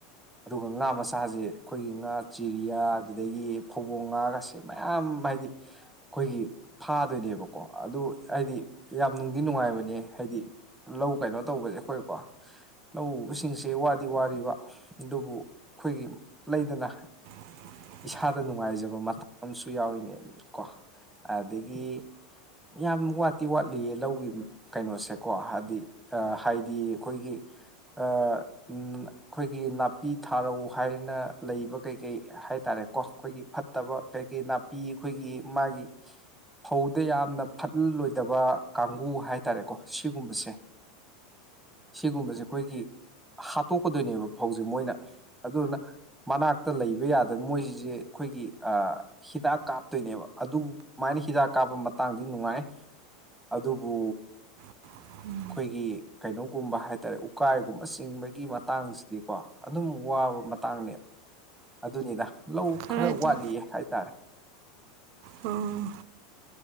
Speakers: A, in the centre; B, on the right (about 55°).
A: ꯑꯗꯨꯒ ꯉꯥ ꯃꯁꯥꯁꯦ ꯑꯩꯈꯣꯏꯒꯤ ꯉꯥ ꯆꯤꯔꯤꯌꯥ ꯑꯗꯨꯗꯒꯤ ꯐꯧꯧꯕꯣꯡ ꯉꯥꯒꯁꯦ ꯃꯌꯥꯝ ꯍꯥꯏꯗꯤ ꯑꯩꯈꯣꯏꯒꯤ ꯐꯥꯗꯣꯏꯅꯦꯕꯀꯣ ꯑꯗꯨ ꯍꯥꯏꯗꯤ ꯌꯥꯝ ꯅꯨꯡꯗꯤ ꯅꯨꯡꯉꯥꯏꯕꯅꯦ ꯍꯥꯏꯗꯤ ꯂꯧ ꯀꯩꯅꯣ ꯇꯧꯕꯁꯦ ꯑꯩꯈꯣꯏꯀꯣ ꯂꯧ ꯎꯕꯁꯤꯡꯁꯦ ꯋꯥꯗꯤ ꯋꯥꯔꯤꯕ ꯑꯗꯨꯕꯨ ꯑꯩꯈꯣꯏꯒꯤ ꯂꯩꯗꯅ
B: <unintelligible>
A: ꯏꯁꯥꯗ ꯅꯨꯡꯉꯥꯏꯖꯕ ꯃꯇꯝꯨ ꯌꯥꯎꯏꯅꯦꯕ ꯀꯣ ꯑꯗꯒꯤ ꯌꯥꯝ ꯋꯥꯠꯇꯤ ꯋꯥꯠꯂꯤꯌꯦ ꯂꯧꯒꯤ ꯀꯩꯅꯣꯁꯦ ꯀꯣ ꯍꯥꯏꯗꯤ ꯍꯥꯏꯗꯤ ꯑꯩꯈꯣꯏꯒꯤ ꯑꯩꯈꯣꯏꯒꯤ ꯅꯥꯄꯤ ꯊꯥꯔꯧ ꯍꯥꯏꯅ ꯂꯩꯕ ꯀꯩꯀꯩ ꯍꯥꯏꯇꯥꯔꯦ ꯣ ꯑꯩꯈꯣꯏꯒꯤ ꯐꯠꯇꯕ ꯀꯩ ꯀꯩ ꯅꯥꯄꯤ ꯑꯩꯈꯣꯏꯒꯤ ꯃꯥꯒꯤ ꯐꯧꯗ ꯌꯥꯝꯅ ꯐꯠꯂꯣꯏꯗꯕ ꯀꯥꯡꯒꯨ ꯍꯥꯏꯇꯥꯔꯦꯀꯣ ꯁꯤꯒꯨꯝꯕꯁꯦ ꯁꯤꯒꯨꯝꯕꯁꯦ ꯑꯩꯈꯣꯏꯒꯤ ꯍꯥꯠꯇꯣꯛꯀꯗꯣꯏꯅꯦꯕ ꯐꯧꯁꯦ ꯃꯣꯏꯅ ꯑꯗꯨꯗꯨꯅ ꯃꯅꯥꯛꯇ ꯂꯩꯕ ꯌꯥꯗꯅ ꯃꯣꯏꯁꯤꯁꯦ ꯑꯩꯈꯣꯏꯒꯤ ꯍꯤꯗꯥꯛ ꯀꯥꯞꯇꯣꯏꯅꯦꯕ ꯑꯗꯨꯃꯥꯏꯅ ꯍꯤꯗꯥꯛ ꯀꯥꯞꯄ ꯃꯇꯥꯡꯗꯤ ꯅꯨꯡꯉꯥꯏ ꯑꯗꯨꯕꯨ
B: ꯎꯝ
A: ꯑꯩꯈꯣꯏꯒꯤ ꯀꯩꯅꯣꯒꯨꯝꯕ ꯍꯥꯏꯇꯥꯔꯦ ꯎꯀꯥꯏꯒꯨꯝꯕ ꯆꯤꯡꯕꯒꯤ ꯃꯇꯥꯡꯁꯤꯗꯤꯀꯣ ꯑꯗꯨꯝ ꯋꯥꯕ ꯃꯇꯥꯡꯅꯦꯕ ꯑꯗꯨꯅꯤꯗ ꯂꯧ
B: ꯈꯔꯗꯤ
A: ꯈꯔ ꯋꯥꯠꯂꯤꯌꯦ ꯍꯥꯏꯇꯥꯔꯦ
B: ꯎꯝ